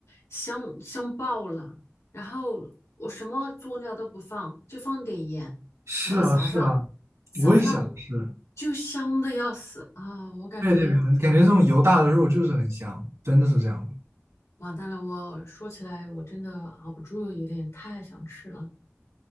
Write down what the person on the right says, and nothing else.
是啊是啊，
我也想吃，
在这边感觉这种油大的肉就是很香，真的是这样的，